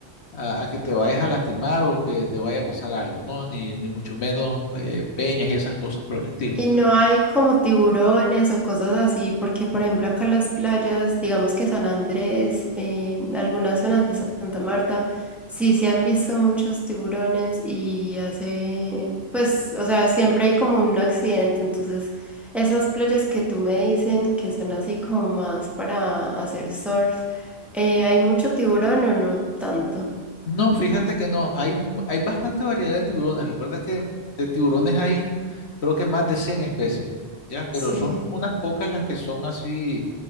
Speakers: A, on the left (about 80°); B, in the centre.
A: a- a que te vayas a lastimar o que te vaya a pasar algo, ¿no? Ni, ni mucho menos eh, peñas y esas cosas por el estilo.
B: Y no hay como tiburones o cosas así, porque por ejemplo acá en las playas, digamos que San Andrés, eh, algunas zonas de Santa Marta, sí se han visto muchos tiburones y hace, pues, o sea, siempre hay como un accidente. Entonces, esas playas que tú me dicen que son así como más para hacer surf, eh, ¿hay mucho tiburón o no tanto?
A: No, fíjate que no, hay, mu- hay bastante variedad de tiburones. Recuerda que de tiburones hay creo que más de 100 especies, ¿ya? Pero
B: Sí.
A: son unas pocas las que son así.